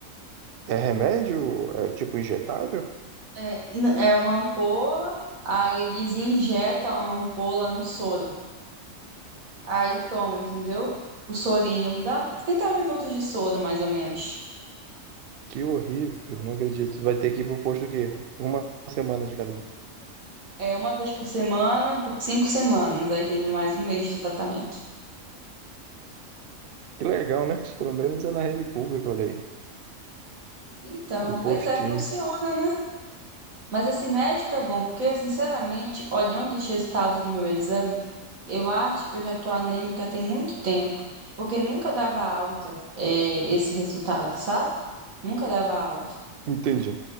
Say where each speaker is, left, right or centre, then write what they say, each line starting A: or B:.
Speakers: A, on the right; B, on the right.
A: é remédio? É tipo injetável?
B: É, n- é uma ampola, aí eles injetam a ampola no soro. Aí toma, entendeu? O sorinho, dá 30 minutos de soro, mais ou menos.
A: Que horrível, não acredito. Tu Vai ter que ir pro posto o quê? Uma semana de cada vez.
B: É uma vez por semana, por cinco semanas. Aí tem mais um mês de tratamento.
A: Que legal, né? Pelo menos é na rede pública, olha aí.
B: Então,
A: do postinho.
B: pois é, funciona, né? Mas esse médico é bom, porque, sinceramente, olhando os resultados do meu exame, eu acho que eu já tô anêmica tem muito tempo, porque nunca dava alta, eh, esse resultado, sabe? Nunca dava alta.
A: Entendi.